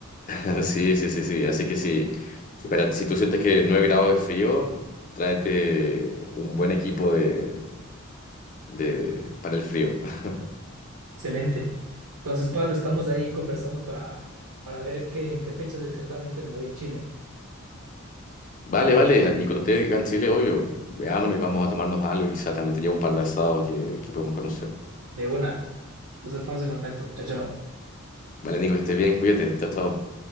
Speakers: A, on the left (about 35°); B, on the right (about 85°).
A: <laughs> Sí, sí, sí, sí. Así que sí, si, para, si tú sientes que 9 grados es frío, tráete un buen equipo de, de, para el frío. <laughs>
B: Excelente. Entonces, Pablo, estamos ahí conversando para, para ver qué, en qué fechas exactamente me voy a Chile.
A: Vale, vale. ah, Y cuando esté acá en Chile, obvio, veámonos y vamos a tomarnos algo. Quizá también te llevo un par de asados que, que podemos conocer.
B: De una. Entonces, estamos en contacto. Chao, chao.
A: Vale, Nico, que estés bien, cuídate. Chao, chao.